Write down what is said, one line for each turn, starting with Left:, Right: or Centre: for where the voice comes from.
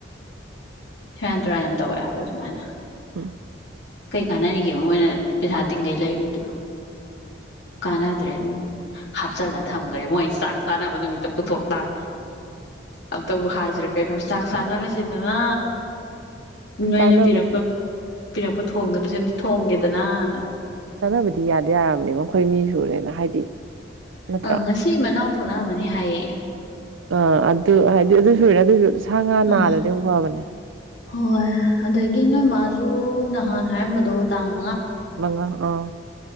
Left: ꯍꯦꯔꯥꯟ ꯇꯨꯔꯥꯟ ꯇꯧꯋꯦ ꯍꯥꯏꯕ ꯁꯨꯃꯥꯏꯅ
Right: ꯎꯝ
Left: ꯀꯩ ꯀꯥꯟꯅꯔꯤꯒꯦ ꯃꯣꯏꯅ ꯄꯩꯁꯥ ꯇꯤꯡꯈꯩ ꯂꯩꯔꯨꯏꯗꯣ ꯀꯥꯟꯅꯗ꯭ꯔꯦ ꯑꯗꯨꯝ ꯍꯥꯞꯆꯤꯜꯂ ꯊꯝꯈ꯭ꯔꯦ ꯃꯣꯏ ꯆꯥꯛ ꯆꯥꯅꯕ ꯅꯨꯃꯤꯠ ꯑ ꯄꯨꯊꯣꯛ ꯇꯕꯃꯦ ꯑꯝꯇꯕꯨ ꯍꯥꯏꯁꯤ꯭ꯔꯥ ꯀꯩꯅꯣ ꯆꯥꯛ ꯁꯥꯟꯅꯔꯁꯤꯗꯅ ꯅꯣꯏꯅ
Right: ꯆꯥꯅꯕꯗꯤ
Left: ꯄꯤꯔꯛꯄ ꯄꯤꯔꯛꯄ ꯊꯣꯡꯅꯕꯁꯦ ꯑꯝꯇ ꯊꯣꯡꯒꯦꯗꯅꯅ
Right: ꯆꯥꯅꯕꯗꯤ ꯌꯥꯗ ꯌꯥꯔꯕꯅꯤ ꯃꯈꯣꯏ ꯃꯤ ꯁꯨꯔꯦꯅ ꯍꯥꯏꯗꯤ ꯅꯠꯇ꯭ꯔ
Left: ꯑ ꯉꯁꯤ ꯃꯅꯥꯎ ꯊꯣꯛꯂꯛꯑꯃꯅꯤ ꯍꯥꯏꯌꯦ
Right: ꯑ ꯑꯗꯨ ꯍꯥꯏꯗꯤ ꯑꯗꯨ ꯁꯨꯦ ꯑꯗꯨꯏꯁꯨ ꯁꯥ ꯉꯥ
Left: ꯑ
Right: ꯅꯥꯗ꯭ꯔꯗꯤ ꯑꯃꯨꯛ ꯐꯕꯅꯦ
Left: ꯍꯣꯏ ꯑꯗꯒꯤ ꯅꯣꯏ ꯃꯥꯁꯨ ꯅꯍꯥꯟ ꯍꯥꯏꯔꯝꯕꯗꯣ ꯇꯥꯡꯕ
Right: ꯂꯉ ꯑꯥ <unintelligible> <inaudible>